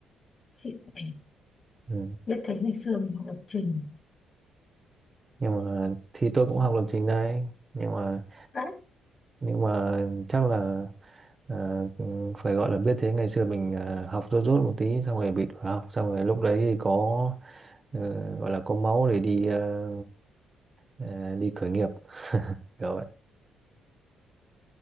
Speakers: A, on the left; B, on the right.
A: xịn nhỉ?
B: ừ.
A: biết thế ngày xưa mình học lập trình
B: nhưng mà thì tôi cũng học lập trình đây nhưng mà
A: Đấy.
B: nhưng mà chắc là à, ừ, phải gọi là biết thế ngày xưa mình à, học rốt rốt một tí xong rồi bị đuổi học xong rồi lúc đấy thì có ờ, gọi là có máu để đi ờ, ờ, đi khởi nghiệp <laughs> kiểu vậy